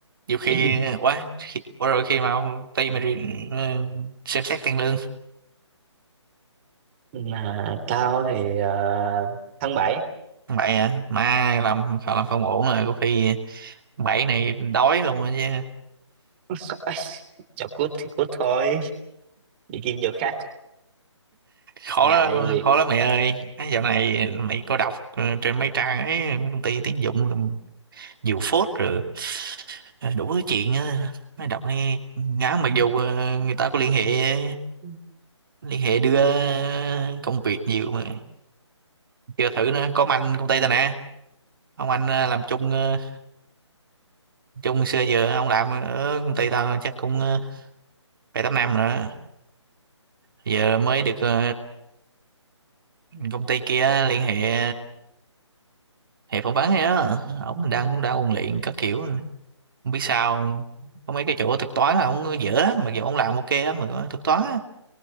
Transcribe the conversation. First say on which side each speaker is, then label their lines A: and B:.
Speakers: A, on the right; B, on the right.
A: nhiều khi
B: <clears throat>
A: quá khi, quá rồi khi mà ông ty mà đi, ừ, xem xét tăng lương
B: là tao thì ờ, tháng bảy
A: bậy à mai làm không làm không ổn rồi có khi bảy này đói luôn rồi chứ
B: <laughs> chọc cút thì cút thôi đi kiếm chỗ khác
A: khó
B: ngại
A: lắm
B: gì
A: khó lắm mày ơi à, dạo này mày có đọc ừ, trên mấy trang ấy mấy công ty tuyển dụng diều phốt rồi ờ, đủ thứ chuyện á mới đọc nghe ngán mặc dù ờ, người ta có liên hệ
B: Ừ.
A: liên hệ đưa công việc nhiều mà chưa thử nữa có ông anh công ty tao nè ông anh ờ, làm chung ờ, chung xưa giờ ông làm ở công ty tao chắc cũng ờ, bảy tám năm rồi giờ mới được ờ, công ty kia liên hệ hệ phỏng vấn á ông đang cũng đang ôn luyện các kiểu không biết sao có mấy cái chỗ thực toán là ổng dở lắm mặc dù ông làm ok lắm mà thực toán á,